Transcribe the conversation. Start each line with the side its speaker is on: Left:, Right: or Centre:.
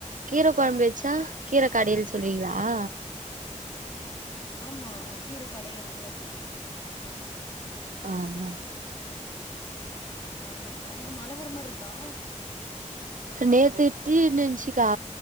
Right: கீர கொழ்ம்பு வெச்சா கீரக் கடையில சொல்லுவீங்களா
Left: ஆமா கீரை கடையறது அப்படி சொல்லுவோம்
Right: ஆமா
Left: ஆமாப்பா அங்க மழ வரமா இருக்க கா
Right: நேத்து தீனுச்சக்கா